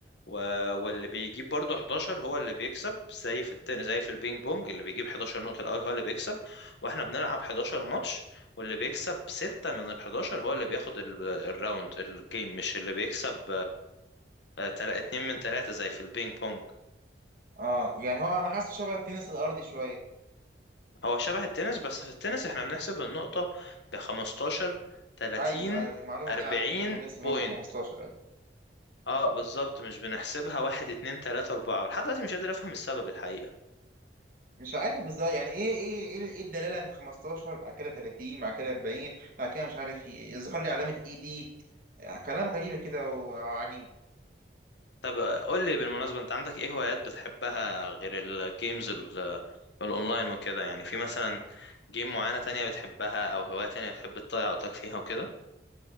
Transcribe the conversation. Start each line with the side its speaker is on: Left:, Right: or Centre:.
Left: و... واللي بيجيب برضه 11 هو اللي بيكسب زي في التن... زي في البينج بونج اللي بيجيب 11 نقطة الأول هو اللي بيكسب واحنا بنلعب 11 ماتش واللي بيكسب 6 من ال 11 هو اللي بياخد ال... الراوند الجيم مش اللي بيكسب آه، تلا- اتنين من تلاتة زي في البينج بونج
Right: اه يعني هو أنا حاسس شبه التنس الأرضي شوية
Left: هو شبه التنس بس في التنس احنا بنحسب النقطة ب 15 30
Right: أيوه أيوه المعلومة
Left: 40
Right: دي عارفها إن إحنا بنحسب
Left: بوينت
Right: نقطة ب 15 أيوه
Left: اه بالظبط مش بنحسبها واحد اتنين تلاتة أربعة لحد دلوقتي مش قادر أفهم السبب الحقيقة
Right: مش عارف بالظبط يعني إيه إيه إيه إيه الدلالة إن 15 بعد كده 30 بعد كده 40 بعد كده مش عارف إيه يظهر لي علامة إي دي آه، كلام غريب كده وعجيب
Left: طب آه، قول لي بالمناسبة أنت عندك إيه هوايات بتحبها غير الجيمز ال- الأونلاين وكده يعني في مثلا جيم معينة تانية بتحبها أو هواية تانية بتحب تضيع وقتك فيها وكده